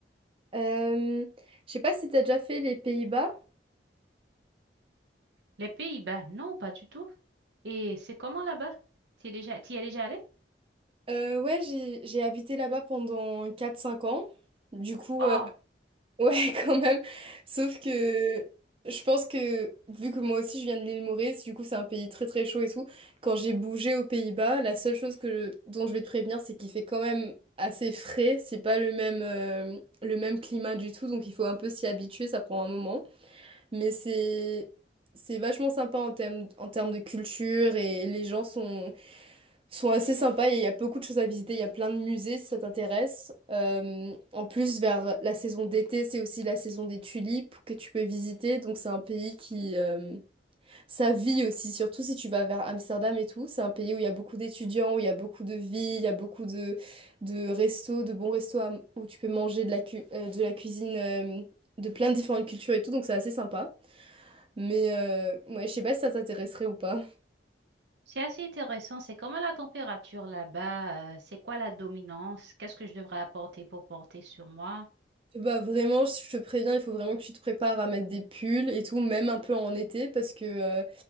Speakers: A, on the right; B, on the right.
A: Euh, je sais pas si t'as déjà fait les Pays-Bas.
B: Les Pays-Bas, non, pas du tout. Et c'est comment là-bas? Tu es déjà, t'y es déjà allé?
A: Euh, ouais, j'ai j'ai habité là-bas pendant quatre cinq ans. Du coup,
B: Oh,
A: euh, <laughs> ouais, quand même. Sauf que je pense que, vu que moi aussi je viens de l'île Maurice, du coup, c'est un pays très très chaud et tout. Quand j'ai bougé aux Pays-Bas, la seule chose que dont je vais te prévenir, c'est qu'il fait quand même assez frais. C'est pas le même, euh, le même climat du tout, donc il faut un peu s'y habituer, ça prend un moment. Mais c'est c'est vachement sympa en termes en termes de culture et les gens sont sont assez sympas et il y a beaucoup de choses à visiter. Il y a plein de musées si ça t'intéresse. Euh, en plus, vers la saison d'été, c'est aussi la saison des tulipes que tu peux visiter. Donc c'est un pays qui euh, ça vit aussi, surtout si tu vas vers Amsterdam et tout. C'est un pays où il y a beaucoup d'étudiants, où il y a beaucoup de vie, il y a beaucoup de de restos, de bons restos à- où tu peux manger de la cu- euh, de la cuisine euh, de plein de différentes cultures et tout. Donc c'est assez sympa. Mais euh, ouais, je sais pas si ça t'intéresserait ou pas. <laughs>
B: c'est assez intéressant. C'est comment la température là-bas? euh, c'est quoi la dominance? Qu'est-ce que je devrais apporter pour porter sur moi?
A: Bah vraiment, je te préviens, il faut vraiment que tu te prépares à mettre des pulls et tout, même un peu en été, parce que euh,